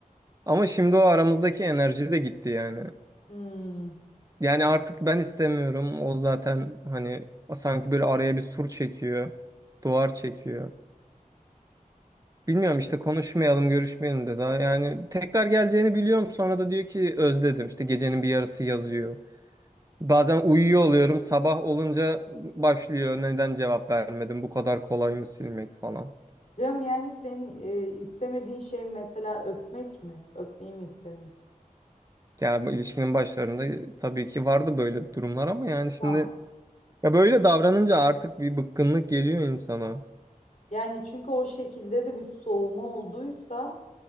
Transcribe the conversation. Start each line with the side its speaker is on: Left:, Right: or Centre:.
Right: Ama şimdi o aramızdaki enerji de gitti yani.
Left: Hmm.
Right: Yani artık ben istemiyorum. O zaten hani sanki böyle araya bir sur çekiyor. Duvar çekiyor. Bilmiyorum işte konuşmayalım, görüşmeyelim dedi. Yani tekrar geleceğini biliyorum. Sonra da diyor ki özledim. İşte gecenin bir yarısı yazıyor. Bazen uyuyor oluyorum. Sabah olunca başlıyor. Neden cevap vermedim? Bu kadar kolay mı silmek falan.
Left: Cem yani senin e, istemediğin şey mesela öpmek mi? Öpmeyi mi istemiyorsun?
Right: Yani bu ilişkinin başlarında tabii ki vardı böyle durumlar ama yani şimdi
Left: Tamam.
Right: ya böyle davranınca artık bir bıkkınlık geliyor insana.
Left: Yani çünkü o şekilde de bir soğuma olduysa